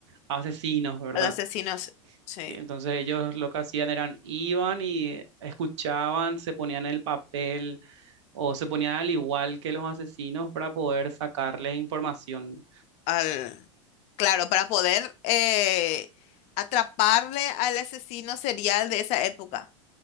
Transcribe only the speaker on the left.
Al asesino, s- sí.
Al... Claro, para poder eh, atraparle al asesino serial de esa época.